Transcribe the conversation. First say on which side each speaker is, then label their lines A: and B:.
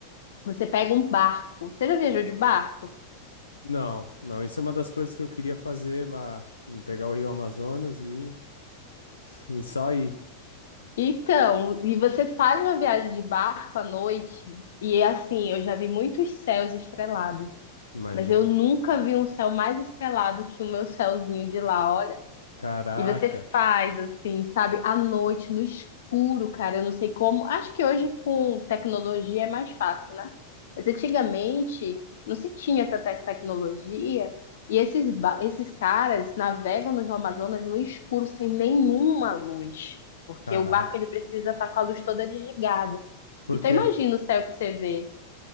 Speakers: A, on the left; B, on the left.
A: Você pega um barco. Você já viajou de barco?
B: Não, não, isso é uma das coisas que eu queria fazer lá, em pegar o Rio Amazonas e, <laughs> e só ir,
A: Então, e você faz uma viagem de barco à noite, e é assim, eu já vi muitos céus estrelados,
B: imagina.
A: mas eu nunca vi um céu mais estrelado que o meu céuzinho de lá. Olha,
B: Caraca,
A: E você faz assim, sabe, à noite, no escuro, cara. Eu não sei como. Acho que hoje com tecnologia é mais fácil, né? Mas antigamente não se tinha tanta tecnologia. E esses, ba- esses caras navegam no Rio Amazonas no escuro, sem nenhuma luz. Porque
B: caraca.
A: o barco ele precisa estar com a luz toda desligada.
B: Por
A: Então
B: quê?
A: imagina o céu que você vê.